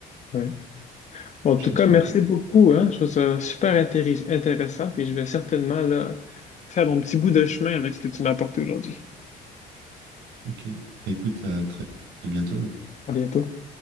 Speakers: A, on the left; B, on the right.
A: ouais. Bon, en
B: je
A: tout
B: trouve
A: cas,
B: ça
A: merci
B: un peu.
A: beaucoup, hein. Je trouve ça super intéri- intéressant, puis je vais certainement là, faire mon petit bout de chemin avec ce que tu m'as apporté aujourd'hui.
B: Ok. Bah, écoute, à très bientôt.
A: À bientôt.